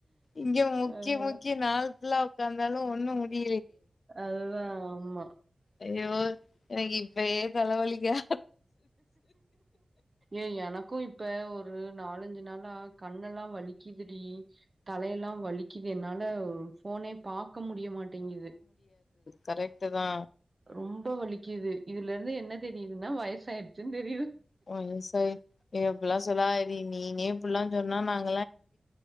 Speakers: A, on the left (about 70°); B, on the right (about 40°).
A: இங்க முக்கி
B: அதா
A: முக்கி நாள் ஃபுல்லா உக்காந்தாலு ஒண்ணு முடி
B: அதுதா ஆம்மா
A: அய்யோ எனக்கு இப் ஒரே தலவலிக்கா
B: ஏய் எனக்கு இப் இப்ப ஒரு நாலஞ்சு நாளா கண்ணெல்லா வலிக்குதுடி தலையெல்லா வலிக்குது என்னால ஃபோனே பாக் க்க முடியமாட்டேங்குது
A: கரெக்ட்டு தா
B: ரொம்ப வலிக்கிது இதுலேர்ந்து என்ன தெரியுதுன்னா வயசாயிடுச்சுன் தெரிது
A: <unintelligible> ஏ அப்புல்லா சொல்லதடி நீனே இப்புல்லா சொன்னா நாங்